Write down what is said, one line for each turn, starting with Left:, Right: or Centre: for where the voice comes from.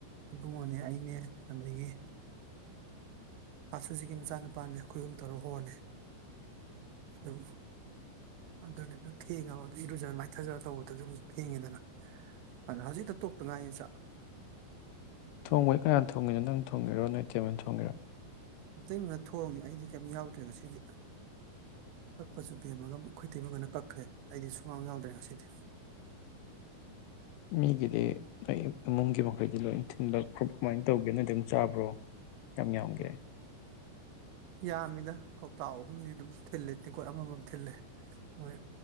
Right: ꯏꯕꯨꯡꯉꯣꯅꯦ ꯑꯩꯅꯦ ꯑꯗꯒꯤ ꯀꯥꯁꯨꯁꯤꯒꯤ ꯃꯆꯥꯅꯨꯄꯥꯅꯦ ꯑꯩꯈꯣꯏꯍꯨꯝ ꯇꯔꯣ ꯍꯣꯜꯂꯦ ꯑꯗꯨꯝ ꯑꯗꯨꯅꯦ ꯑꯗꯨ ꯊꯦꯡꯉꯕ ꯏꯔꯨꯖꯔ ꯃꯥꯏꯊꯖꯔ ꯇꯧꯕꯗꯁꯨꯝ ꯊꯦꯡꯉꯦꯗꯅ ꯑꯗ ꯍꯧꯖꯤꯛꯇ ꯇꯣꯛꯇ ꯉꯥꯏꯅꯤ ꯆꯥꯛ
Left: ꯊꯣꯡꯕꯩ ꯀꯅꯥ ꯊꯣꯡꯉꯤꯅꯣ ꯅꯪ ꯊꯣꯡꯒꯤꯔꯣ ꯅꯣꯏꯇꯦꯝ ꯊꯣꯡꯒꯦꯔꯣ
Right: ꯑꯇꯩꯃꯅ ꯊꯣꯡꯉꯤ ꯑꯩꯗꯤ ꯀꯩꯝꯇ ꯌꯥꯎꯗ꯭ꯔꯦ ꯉꯁꯤꯗꯤ ꯀꯛꯄꯁꯨ ꯄꯦꯝꯃꯒ ꯑꯃꯨꯛ ꯑꯩꯈꯩ ꯇꯩꯃꯒꯅ ꯀꯛꯈ꯭ꯔꯦ ꯑꯩꯗꯤ ꯁꯨꯉꯥꯡꯝ ꯌꯥꯎꯗ꯭ꯔꯦ ꯉꯁꯤꯗꯤ
Left: ꯃꯤ ꯦꯂꯤ ꯃꯒꯦ ꯃꯈꯈꯂ ꯏ ꯊꯤꯟ ꯀꯃꯥꯏꯅ ꯇꯧꯒꯦꯅ ꯑꯗꯨꯝ ꯆꯥꯕ꯭ꯔꯣ ꯌꯥꯝ ꯌꯥꯝꯒꯦ
Right: ꯌꯥꯝꯃꯤꯗ ꯀꯧꯇꯥꯥꯛ ꯑꯍꯨꯝꯅꯤ ꯑꯗꯨꯝ ꯊꯤꯜꯜꯂꯤ ꯇꯦꯡꯀꯣꯠ ꯑꯃꯃꯝ ꯊꯤꯜꯂꯦ ꯃꯣꯏ